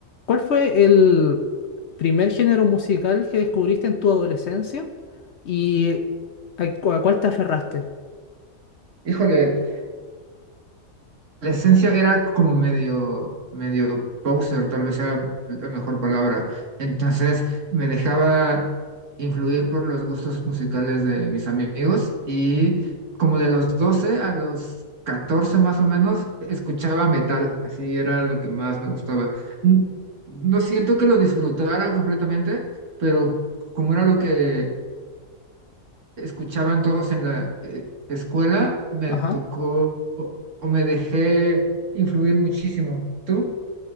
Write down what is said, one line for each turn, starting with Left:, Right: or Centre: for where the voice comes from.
Left: ¿Cuál fue el primer género musical que descubriste en tu adolescencia y a, cu- a cuál te aferraste?
Right: Híjole, la esencia era como medio, medio poser, tal vez sea la mejor palabra. Entonces me dejaba influir por los gustos musicales de mis amigos y como de los 12 a los 14 más o menos, escuchaba metal, así era lo que más me gustaba. N- No siento que lo disfrutara completamente, pero como era lo que escuchaban todos en la eh, escuela, me
Left: Ajá.
Right: tocó o, o me dejé influir muchísimo. ¿Tú?